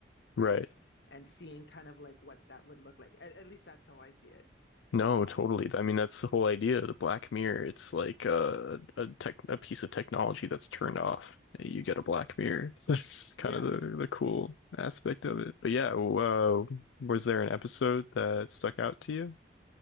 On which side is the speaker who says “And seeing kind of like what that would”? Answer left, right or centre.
Left